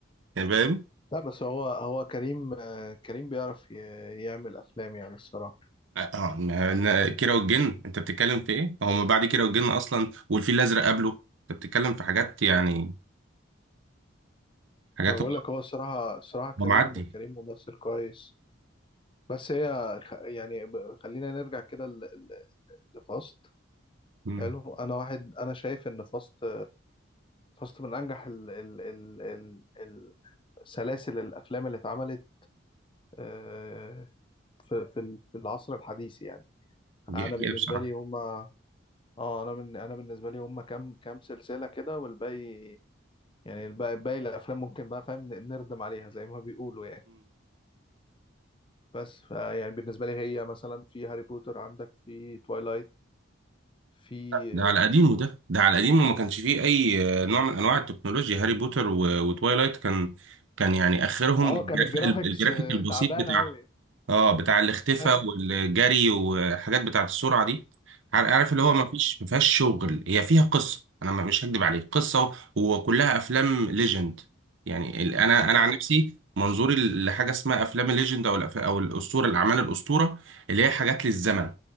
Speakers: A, on the right; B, on the left.
A: يعني فاهم
B: لا بس هو هو كريم آه، كريم بيعرف ي- يعمل افلام يعني الصراحه
A: اه ما- إن- كيرة والجن انت بتتكلم في ايه هو ما بعد كيرة والجن اصلا والفيل الازرق قبله انت بتتكلم في حاجات يعني حاجات
B: انا بقول
A: هو
B: لك هو الصراحه الصراحه كريم
A: هو معدي
B: كريم ممثل كويس بس هي خ- يعني ب- خلينا نرجع كده ل- ل- لفاست
A: مم.
B: حلو انا واحد انا شايف ان فاست فاست من انجح ال ال ال ال ال- سلاسل الافلام اللي اتعملت آه، في في ال- في العصر الحديث يعني
A: دي
B: انا
A: حقيقة
B: بالنسبه
A: بصراحة
B: لي هما اه انا من انا بالنسبه لي هما كام كام سلسله كده والباقي يعني الباقي باقي الافلام ممكن بقى فاهم نردم عليها زي ما بيقولوا يعني بس فيعني بالنسبه لي هي مثلا في هاري بوتر عندك في توايلايت في
A: ده على قديمه ده ده على قديمه ما كانش فيه اي آه، نوع من انواع التكنولوجيا هاري بوتر و- وتوايلايت كان كان يعني اخرهم
B: اه
A: الجرافيك
B: آه، كان الجرافيكس
A: الجرافيك
B: آه،
A: البسيط
B: تعبان
A: بتاع
B: قوي <laughs>
A: اه بتاع الاختفاء
B: ايوه
A: والجري وحاجات بتاعه السرعه دي عار- عارف اللي هو
B: ايوه
A: ما فيش ما فيهاش شغل هي فيها قصه انا ما- مش هكدب عليك قصه وكلها افلام ليجند يعني ال- انا انا
B: أيوة.
A: عن نفسي منظوري لحاجه اسمها افلام الليجند او الأف- او الاسطوره الاعمال الاسطوره اللي هي حاجات للزمن